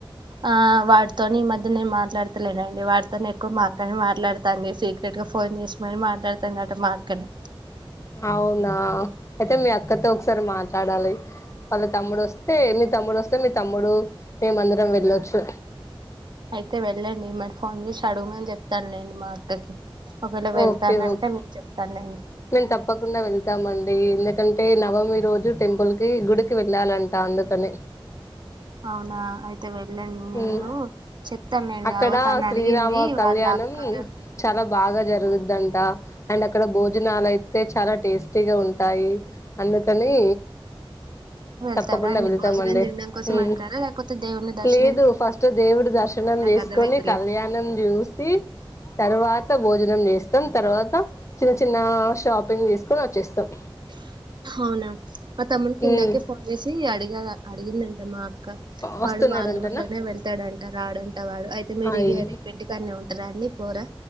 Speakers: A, on the right; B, on the left.
A: ఆ వాడ్తోని ఈ మధ్య నేను మాట్లాడ్తలేనండి వాడ్తోనే ఎక్కువ మాక్కనే మాట్లాడుతాంది సె ట్గా ఫోన్ చేసి మరి మాట్లాడతాం గాక మా అక్కనే
B: అవునా అయితే మీ అక్కతో ఒకసారి మా మాట్లాడాలి వాళ్ళ తమ్ముడు వస్తే మీ తమ్ముడు వస్తే మీ తమ్ముడు మేమ అందరం వెళ్ళొచ్చు.
A: అయితే వెళ్ళండి మరి ఫోన్ చేసి అడుగుమని చెప్తాన్లేండి మా అక్కకి ఒకవేళ వెళ్తాను
B: ఓకే
A: అంటే
B: ఓకే
A: మీకు చెప్తా నేను
B: మేము తప్పకుండా వెళ్తామండి ఎందుకంటే నవమి రోజు టెంపుల్ కి గుడికి వెళ్ళాలంట అందుకని
A: అవునా అయి అయితే వెళ్ళండి నేను
B: ఉమ్,
A: చెప్తాన్లేండి
B: అక్కడ
A: అవ తను
B: శ్రీరామ
A: అడిగింది
B: కళ్యాణం
A: వాళ్ళ అక్కగా
B: చాలా బాగా జరుగుద్దంట అండ్ అక్కడ భోజనాలు అయితే చాలా టేస్టీగా ఉంటాయి అం అందుకని
A: వెళ్తారా
B: తప్పకుండా
A: అండి
B: వెళ్తామండి
A: భోజనం తినడం కోసం
B: ఉమ్
A: వెళ్తారా లేకపోతే దేవుణ్ని దర్శ
B: లేదు ఫస్ట్ దేవుడు దర్శనం చేసుకొని
A: అర్థమైతలేదు
B: కళ్యాణం జూసి తర్వాత భోజనం చేస్తాం తర్వాత చిన్న చిన్న షాపింగ్ చేస్కొని వచ్చేస్తాం.
A: అవునా మా తమ్మున్కి ఇందాకే
B: ఉమ్
A: ఫోన్ చేసి అడిగా అడిగిందంట మా
B: వస్తున్నాడంటనా
A: వాడు వాళ్ళ ఊర్లోనే వెళ్తాడంట రాడంట వాడు అయితే మీ
B: అయి
A: ఈ హరి ఇంటికాడ్నే ఉంటార అం లే పోరా?